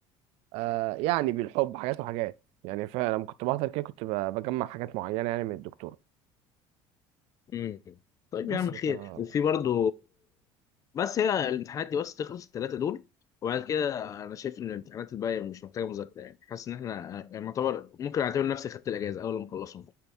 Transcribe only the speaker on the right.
آه يعني بالحب حاجات وحاجات يعني فلما كنت بحضر كده كنت ب- بجمع حاجات معينة يعني من الدكتور
بس
ف-